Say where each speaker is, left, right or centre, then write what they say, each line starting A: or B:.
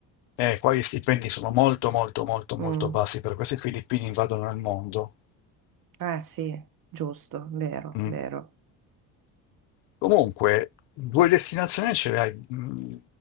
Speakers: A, on the left; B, on the right.
A: Eh, qua gli stipendi sono molto, molto, molto, molto
B: Mm,
A: bassi, per questo i filippini invadono il mondo.
B: Eh sì, giusto, vero,
A: Mm.
B: vero.
A: Comunque, due destinazioni ce le hai, mh,